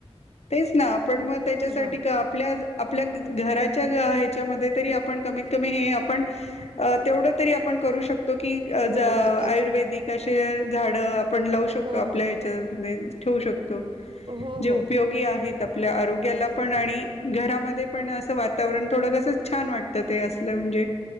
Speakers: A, on the left (about 75°); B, on the right (about 50°).
A: तेच ना आपण मग त्याच्यासाठी
B: हां
A: का आपल्या आपल्या घराच्या आहेत आपण कत कमी आप तेव तरी आपण करू शकतो तो की
B: हो
A: ज आयुर्वेदिक
B: नक्कीच
A: असे झाड आपण लावू शकतो
B: हो
A: आपल्या
B: हो
A: ह्याच्यामध्ये ठेवू शकतो
B: हो,
A: जे
B: हो.
A: उपयोगी आहेत आपल्या आरोग्याला पण आणि घरामध्ये ण असं वातावरण थोडं कस छान वाटतं ते असलं म्हणजे